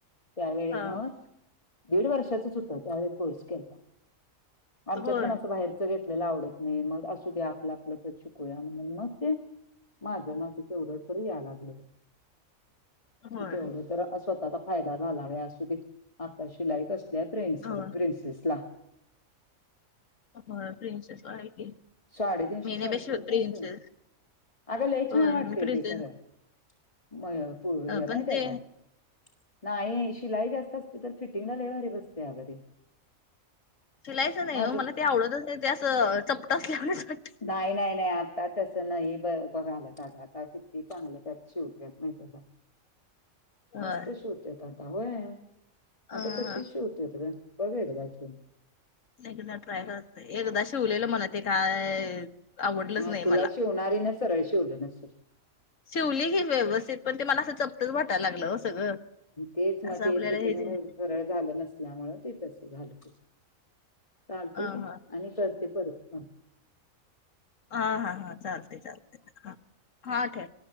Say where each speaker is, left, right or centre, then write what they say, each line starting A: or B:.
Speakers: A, on the left; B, on the left.
A: त्यावेळी
B: हा
A: मग दीड वर्षाचच होत त्यावेळी कोर्स केला आमच्यात
B: होय
A: पण असं बाहेरचं येत आपल्याला आवडत नाही मग असू दे आपलं आपलं तर शिकूया म्हण मग ते माझं माझं तेवढं तर यायला लागलं ग
B: होय
A: तेवढं तर स्वतःचा फायदा झाला आहे असु दे आता शिलाई असत त्या, प्रिन्स
B: होय
A: प्रिन्सेसला
B: हो प्रिन्सेस आहे की
A: साडेतीनशे
B: मी नाही
A: चारशे
B: बाई शिवत
A: रुपयेत
B: प्रिन्सेस
A: प्रिन्स अग लय
B: होय
A: छान वाटते
B: मी प्रिजन
A: खरंच मय, पुय
B: अ
A: हे
B: पण
A: माहित
B: ते
A: आहे काय नाही शिलाई जास्त असते तर फिटिंगला लय भारी बसते अग, ते
B: शिलायचं नाही
A: माझं
B: हो मला ते आवडतच नाही ते असं चपट अस लावण्याच वाटत
A: नाही नाही नाही आता तस नाही ब बघालं आग आता किती चांगलं त्यात शिवत्यात, माहितीये का
B: होय.
A: मस्त शिवत्यातआता होय
B: अ
A: आता तशीच शिवते आता काय बर आहे का त्यांचं
B: एकदा ट्राय करत एकदा शिवलेलं म्हणा ते काय आवडलंच
A: हा,
B: नाही
A: तुला
B: मला.
A: शिवणारी ना सरळ शिवल नसेल
B: शिवली ही व्यवस्थित पण ते मला असं चपटच, वाटयला लागलं हो सगळं
A: तेच मग
B: असं
A: ते
B: आपल्याला
A: फिटिंग
B: हे जे
A: सरळ झालं नसल्यामुळे ते तस झालं चालते
B: अ
A: कि
B: ह
A: आणि करते परत पण
B: हा हा हा चालते चालते हा हा ठेव